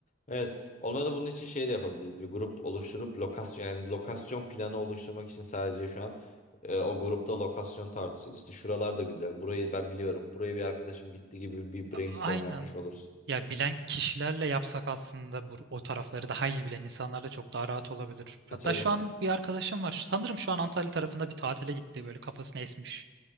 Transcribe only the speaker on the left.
Evet. Olmadı bunun için şey de yapabiliriz. Bir grup oluşturup lokasyon yani lokasyon planı oluşturmak için sadece şu an e, o grupta lokasyon tartışır. İşte şuralar da güzel. Burayı ben biliyorum. Buraya bir arkadaşım gitti gibi bir brainstorm
yapmış oluruz.
E, tabii.